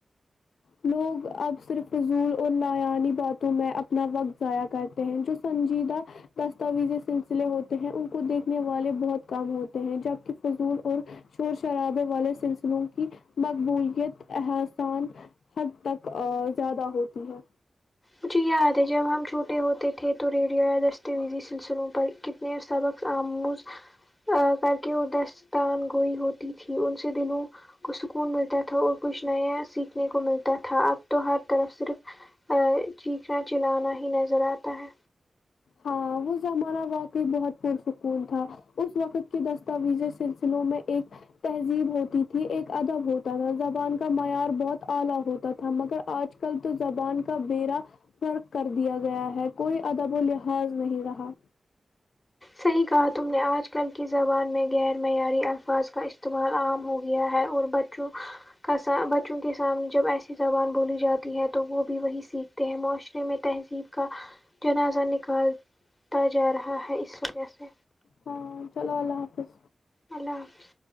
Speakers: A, on the left; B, on the left.
A: لوگ اب صرف رضول اور لاانی باتوں میں اپنا وقت ضائع کرتے ہیں جو سنجیدہ دستاویزی سلسلے ہوتے ہیں ان کو دیکھنے والے بہت کم ہوتے ہیں جبکہ فضول اور شور شرابے والے سلسلوں کی مقبولیت احسان حد تک ا زیادہ ہوتی ہے
B: مجھے یاد ہے جب ہم چھوٹے ہوتے تھے تو ریڈیو یا دستاویزی سلسلوں پر کتنے سبق آموز ا کر کے وہ دستان گوئی ہوتی تھی ان سے دلوں کو سکون ملتا تھا اور کچھ نیا سیکھنے کو ملتا تھا اب تو ہر طرف صرف اے چیخنا چلانا ہی نظر آتا ہے
A: ہاں وہ زمانہ واقع بہت پرسکون تھا اس وقت کے دستاویزی سلسلوں میں ایک تہذیب ہوتی تھی ایک ادب ہوتا تھا زبان کا معیار بہت اعلی ہوتا تھا مگر آج کل تو زبان کا بیڑا غرق کر دیا گیا ہے کوئی ادب و لحا ظ نہیں رہا
B: صحیح کہا تم نے آج کل کی زبان میں غیر معیاری الفاظ کا استعمال عام ہو گیا ہے اور ب چوں کا سا بچوں کے سامنے جب ایسی زبان بولی جاتی ہے تو وہ بھی وہی سیکھ تے ہیں معاشرے میں تہذیب کا جنازہ نکل تا جا رہا ہے اس وجہ سے
A: ہاں چلو اللہ حافظ
B: اللہ حافظ